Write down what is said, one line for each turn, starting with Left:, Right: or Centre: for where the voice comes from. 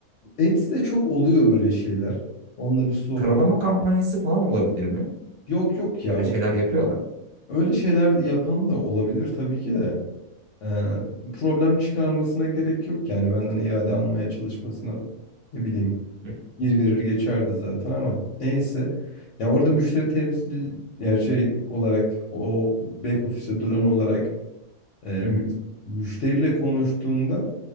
Left: Ets'te çok oluyor böyle şeyler. Onda bir sorun
Right: Karalama
Left: yok.
Right: kampanyası falan olabilir mi?
Left: Yok yok ya.
Right: Öyle şeyler yapıyorlar mı?
Left: Öyle şeyler de yapan da olabilir tabii ki de. Ee, problem çıkarmasına gerek yok yani benden iade almaya çalışmasına ne bileyim
Right: Hı hı,
Left: bir verir geçerdi zaten ama neyse. Ya orada müşteri temsil yani şey olarak o back office'e duran olarak e,
Right: hı
Left: mü-
Right: hı.
Left: müşteriyle konuştuğumda